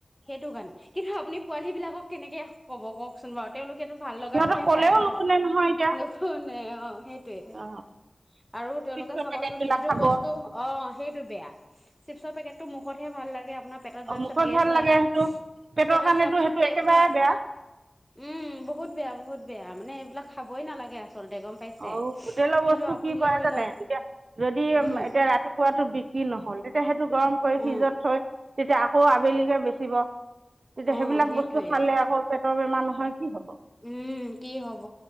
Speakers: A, in the centre; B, on the right.
A: সেইটো কাৰণে। কিন্তু আপুনি পোৱালী বিলাকক কেনেকে কব কওকচোন বাৰু তেওঁলোকেতো ভাল লগাতোহে
B: সিহঁতক ক'লেও
A: খাই ন।
B: নুশুনে নহয় এতিয়া
A: নখ নে অ হেতিয়ে। <unintelligible>
B: অ
A: আৰু তেওঁলোকে
B: চিপছৰ
A: চাবচোন
B: পেকেটবিলাক
A: যিটো
B: খাব
A: বস্তু অ' সেই। বেয়া চিপচৰ পেকেটটো মুখত হা ভাল লাগে। আপোনাৰ পেটত
B: অ
A: যোৱাৰ
B: মুখত
A: পিছত গেছ
B: ভাল লাগে
A: হয়
B: সেইটো পেটৰ
A: পেটত
B: কাৰণেতো
A: যোৱাৰ পিছত
B: সেইটো
A: গেছ
B: একেবাৰে
A: হয়।
B: বেয়া
A: উম, বহুত বেয়া, বহুত বেয়া মানে এইবিলাক খাবই নালাগে। আচলতে গম পাইছে
B: অ হোটেলৰ
A: কিন্তু
B: বস্তু
A: আপুনি
B: কি কৰে
A: ধৰি
B: জানে
A: লওক
B: এতিয়া যদি এতিয়া
A: উম
B: ৰাতিপুৱাতো বিক্ৰী নহয়। তেতিয়া সেইটো গৰম কৰি
A: অ
B: ফ্ৰিজত থৈ তেতিয়া আকৌ আবেলিলৈ বেচিব, তেতিয়া
A: অ
B: সেইবিলাক
A: সেইটোৱে
B: বস্তু খালে আকৌ পেটৰ বেমাৰ নহয় কি হব
A: উম কি হব